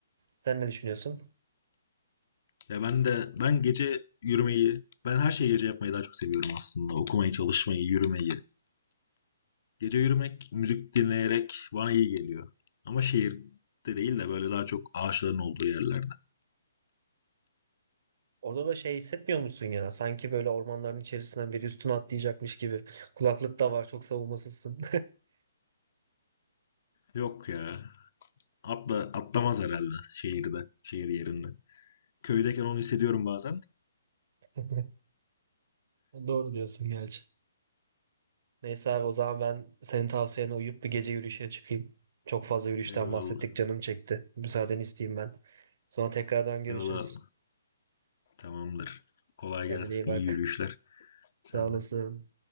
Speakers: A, on the right; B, on the left.
A: Sen ne düşünüyorsun?
B: Ya ben de ben gece yürümeyi, ben her şeyi gece yapmayı daha çok seviyorum aslında. Okumayı, çalışmayı, yürümeyi. Gece yürümek, müzik dinleyerek bana iyi geliyor. Ama şehirde değil de böyle daha çok ağaçların olduğu yerlerde.
A: Orada da şey hissetmiyor musun ya? Sanki böyle ormanların içerisinden biri üstüne atlayacakmış gibi. Kulaklık da var, çok savunmasızsın.
B: Yok ya. Atla, atlamaz herhalde şehirde, şehir yerinde. Köydeyken onu hissediyorum bazen.
A: <laughs> Doğru diyorsun gerçi. Neyse abi o zaman ben senin tavsiyene uyup bir gece yürüyüşe çıkayım. Çok fazla yürüyüşten
B: Eyvallah.
A: bahsettik canım çekti. Müsaadeni isteyeyim ben. Sonra tekrardan görüşürüz.
B: Eyvallah. Tamamdır. Kolay
A: Kendine
B: gelsin.
A: iyi bak.
B: İyi yürüyüşler.
A: Sağ
B: Sen
A: olasın.
B: de.